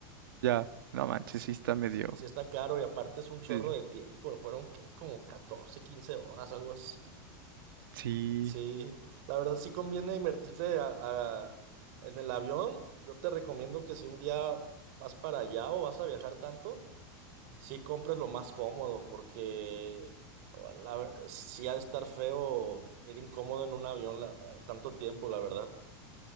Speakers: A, on the right (about 80°); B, on the right (about 45°).
A: Ya, no manches,
B: Sí,
A: sí está medio.
B: sí está caro y aparte es un chorro
A: Sí, sí.
B: de tiempo. Fueron, ¿qué? Como 14 15 horas, algo así.
A: Sí.
B: Sí, la verdad sí conviene invertirle a, a- en el avión. Yo te recomiendo que si un día vas para allá o vas a viajar tanto, sí compres lo más cómodo porque oh, la, ver- sí ha de estar feo ir incómodo en un avión la- tanto tiempo, la verdad.